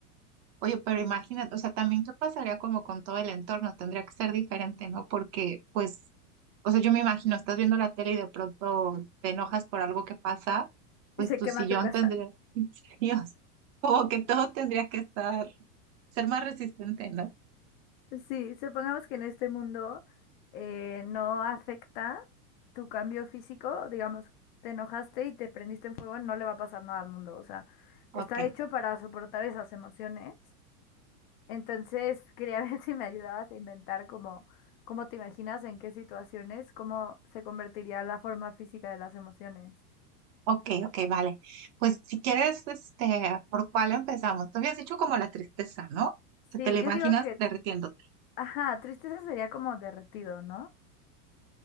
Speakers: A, on the right; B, on the left.
A: Oye, pero imagínate, o sea, también qué pasaría como con todo el entorno, tendría que ser diferente, ¿no? Porque, pues, o sea, yo me imagino, estás viendo la tele y de pronto te enojas por algo que pasa, pues
B: Y se
A: tu
B: quema
A: sillón
B: tu casa.
A: tendría, <laughs> Dios, como que todo tendría que estar, ser más resistente, ¿no?
B: Sí, supongamos que en este mundo eh, no afecta tu cambio físico, digamos, te enojaste y te prendiste en fuego, no le va a pasar nada al mundo, o sea,
A: Ok,
B: está hecho para soportar esas emociones. Entonces, quería <laughs> ver si me ayudabas a inventar como cómo te imaginas, en qué situaciones, cómo se convertiría la forma física de las emociones.
A: ok, ok, vale. Pues si quieres, este, ¿por cuál empezamos? Tú habías dicho como la tristeza, ¿no? Que
B: Sí,
A: te la imaginas
B: yo digo que,
A: derritiéndose.
B: ajá, tristeza sería como derretido, ¿no? <laughs>